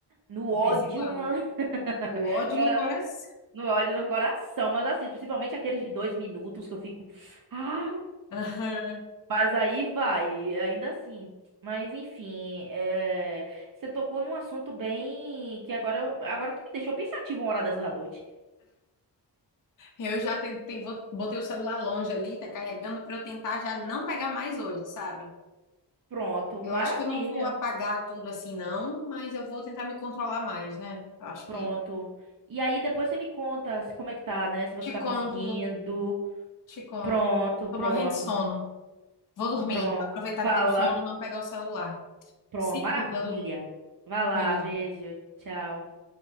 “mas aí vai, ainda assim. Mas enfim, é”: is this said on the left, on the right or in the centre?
Right